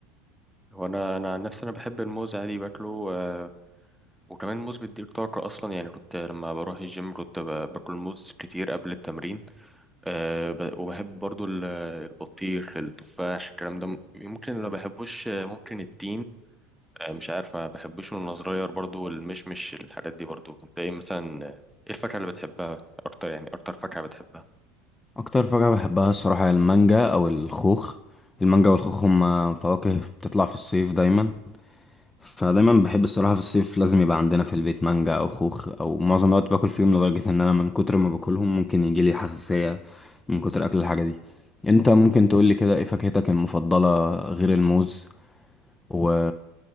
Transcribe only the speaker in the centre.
هو انا انا عن نفسي انا بحب الموز عادي باكله آه، وكمان الموز بيديك طاقه اصلا يعني كنت لما بروح الجيم كنت ب- باكل موز كتير قبل التمرين آه، ب- وبحب برضه ال- البطيخ التفاح الكلام ده ممكن اللي ما بحبوش آه، ممكن التين آه، مش عارف ما بحبوش وانا صغير برضو والمشمش الحاجات دي برضو انت ايه مثلا ايه الفاكهة اللي بتحبها اكتر يعني اكتر فاكهة بتحبها